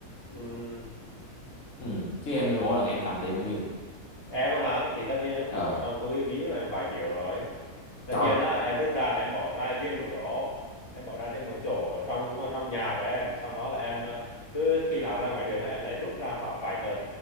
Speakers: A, on the left; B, on the left.
A: ừ
B: ừ. chứ em đưa mỗi lần em cầm tiền bao nhiêu
A: em á hả thì tất nhiên em
B: Ờ
A: phải bỏ trong túi ví của em vài triệu rồi tất
B: trời
A: nhiên á em rút ra là em bỏ ra riêng một chỗ em bỏ ra riêng một chỗ ở trong trong nhà của em sau đó là em ờ, cứ khi nào ra ngoài đường á, em lại rút ra khoảng vài tờ